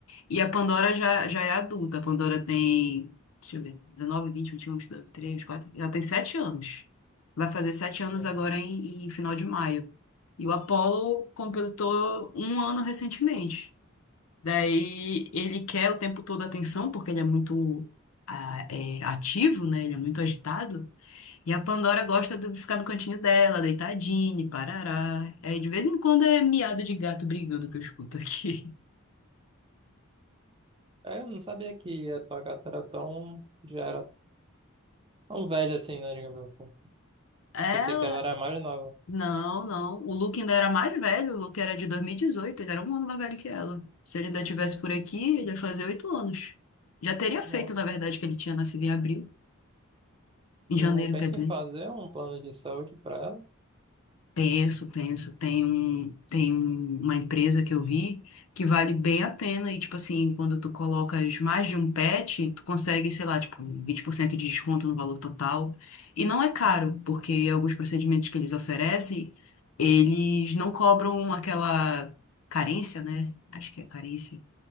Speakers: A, on the left; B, on the right.
A: E a Pandora já, já é adulta. A Pandora tem, deixa eu ver, 19, 20, 21, 22, 23, quatro. Ela tem 7 anos. Vai fazer sete anos
B: Uhum.
A: agora em, em final de maio. E o Apollo completou um ano recentemente. Daí ele quer o tempo todo atenção, porque ele é muito ah, é, ativo, né? Ele é muito agitado. E a Pandora gosta de ficar no cantinho dela, deitadinha, parará. Aí de vez em quando é miado de gato brigando que eu escuto aqui.
B: É, eu não sabia que a tua gata era tão, já era tão velha assim, né, digamos assim.
A: <laughs>
B: Pensei
A: Ela
B: que ela era mais nova.
A: Não, não. O Luke ainda era mais velho. O Luke era de 2018. Ele era um ano mais velho que ela. Se ele ainda tivesse por aqui, ele ia fazer oito anos. Já teria feito,
B: Nossa.
A: na verdade, que ele tinha nascido em abril. Em
B: Tu
A: janeiro,
B: pensa
A: quer dizer.
B: em fazer um plano de saúde pra ela?
A: Penso, penso. Tem um, tem um- uma empresa que eu vi que vale bem a pena. E, tipo assim, quando tu colocas mais de um pet, tu consegue, sei lá, tipo, 20% de desconto no valor total. E não é caro, porque alguns procedimentos que eles oferecem, eles não cobram aquela carência, né? Acho que é carência.